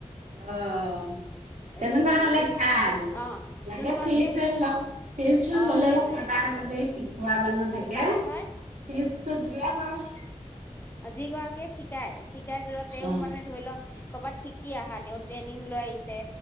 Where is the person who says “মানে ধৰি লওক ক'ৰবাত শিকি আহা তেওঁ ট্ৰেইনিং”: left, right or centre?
Left